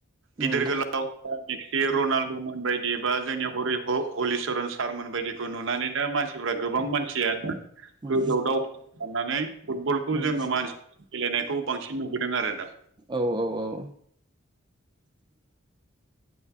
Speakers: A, on the right; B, on the right.
A: उम
B: गिदिर गोलाव मेसि रनाल्दमोन बायदि बा जोंनि हरि हलिचरन सारमोन बायदिखौ नुनानै दा मानसि गोबां मानसियानो
A: उम
B: गोजौआव दावखैलांनानै फुटबलखौ
A: उम
B: जोंङो मानसि गेलेनायखौ बांसिन नुबोदों आरो दा
A: औ-औ-औ